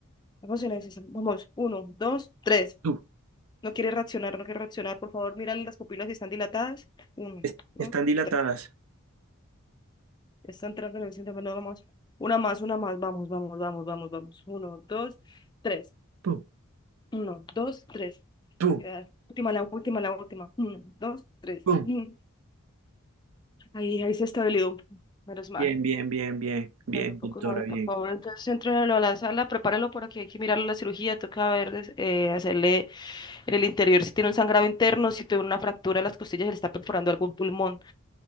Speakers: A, on the left (about 20°); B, on the right (about 80°).
A: Vamos en eso. Vamos. Uno, dos, tres.
B: Pu.
A: No quiere reaccionar, no quiere reaccionar. Por favor, mírale las pupilas si están dilatadas. Uno,
B: Es-
A: dos,
B: están dilatadas.
A: tres. Está entrando en el centro. Bueno, vamos. Una más, una más. Vamos, vamos, vamos, vamos, vamos. Uno, dos, tres.
B: Pu,
A: Uno, dos, tres.
B: pu,
A: Ya, Última, la última, la última. Uno, dos, tres.
B: pu.
A: Mm. Ahí, ahí se estabilizó. Menos mal.
B: Bien, bien, bien, bien, bien,
A: Claro, poco
B: doctora,
A: no,
B: bien.
A: por favor. Entonces, entrénelo a la sala, prepárelo por aquí. Hay que mirarlo la cirugía. Toca ver, des- eh, hacerle en el interior si tiene un sangrado interno, si tiene una fractura de las costillas, le está perforando algún pulmón.